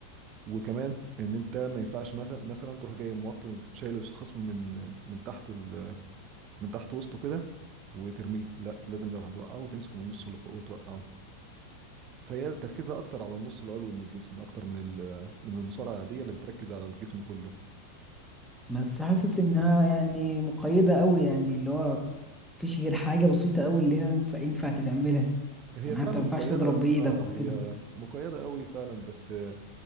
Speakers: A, on the right (about 35°); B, in the centre.
A: وكمان ان انت ما ينفعش مثلا مثلا تروح جاي موطي وشايل الخصم من من تحت ال... من تحت وسطه كده وترميه لا لازم لو هتوقعه تمسكه من النص اللي فوق وتوقعه فهي تركيزها اكتر على النص العلوي من الجسم اكتر من ال... من المصارعه العاديه اللي بتركز على الجسم كله
B: بس حاسس انها يعني مقيدة قوي يعني اللي هو مفيش غير حاجة بسيطة قوي اللي هي ينفع ينفع تتعملها
A: هي
B: يعني
A: فعلا
B: حتى ما
A: مقيدة
B: ينفعش تضرب بإيدك
A: اه
B: وكده
A: هي مقيدة قوي فعلا بس آه،